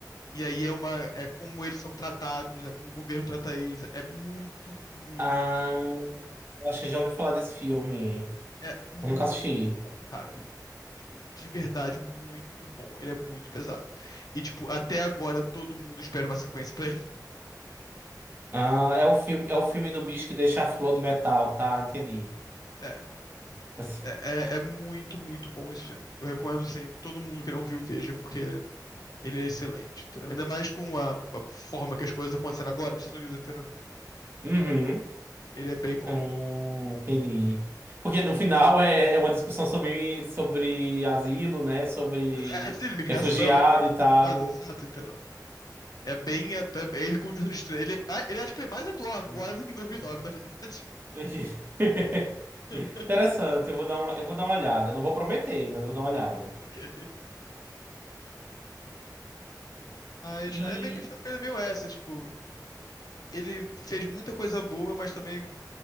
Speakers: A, on the left (about 60°); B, on the right (about 30°).
A: E aí é uma, é como eles são tratados, é como o governo trata eles. É muito, muito,
B: Ah, eu acho que já ouvi falar desse filme.
A: é muito,
B: Eu nunca assisti.
A: cara, tipo, de verdade muito bom. Ele é muito pesado. E tipo, até agora todo mundo espera uma sequência pra ele.
B: Ah, é o filme, é o filme do bicho que deixa a flor de metal, tá? Entendi.
A: É,
B: <laughs>
A: é, é, é muito, muito bom esse filme. Eu recomendo assim, todo mundo que não viu veja, porque ele é excelente, entendeu? Ainda mais com a, a forma que as coisas estão acontecendo agora nos Estados Unidos, entendeu?
B: Uhum.
A: Ele é bem bom.
B: Hum, entendi. Porque no final é, é uma discussão sobre, sobre asilo, né? Sobre
A: É, assim, imigração,
B: refugiado e tal.
A: ah, exato, entendeu? É bem. até- Ele continua sendo estranho. Ele, ah, ele acho que ele é mais atual agora
B: Hum.
A: do que em 2009,
B: Hum.
A: na verdade.
B: <laughs>
A: <laughs>
B: Interessante, eu vou dar uma, eu vou dar uma olhada. Não vou prometer, mas vou dar uma olhada.
A: Ok. Mas
B: E.
A: aí a minha questão com ele é meio essa, tipo. Ele fez muita coisa boa, mas também.